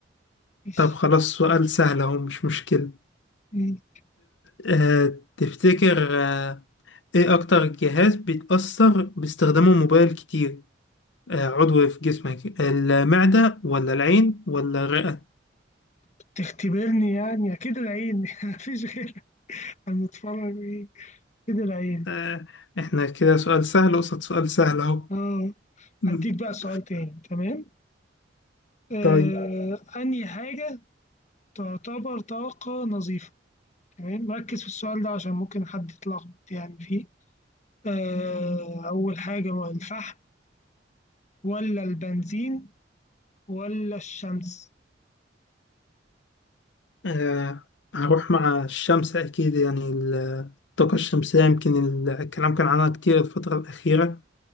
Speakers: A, on the left; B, on the left.
A: ماشي
B: طب خلاص سؤال سهل أهو مش مشكلة
A: ماشي.
B: آه، تفتكر آه، إيه أكتر جهاز بيتأثر باستخدامه الموبايل كتير آه، عضو في جسمك المعدة ولا العين ولا الرئة
A: بتختبرني يعني أكيد العين <laughs> مفيش غيرك أنا متفرج إيه أكيد العين
B: آه، إحنا كده سؤال سهل قصاد سؤال سهل أهو
A: آه
B: <laughs>
A: هديك بقى سؤال تاني تمام آه
B: طيب
A: أنهي حاجة تعتبر طاقة نظيفة تمام ركز في السؤال ده عشان ممكن حد يتلخبط يعني فيه آه، أول حاجة هو الفحم ولا البنزين ولا الشمس
B: آه، هروح مع الشمس أكيد يعني ال- الطاقة الشمسية يمكن ال- الكلام كان عنها كتير الفترة الأخيرة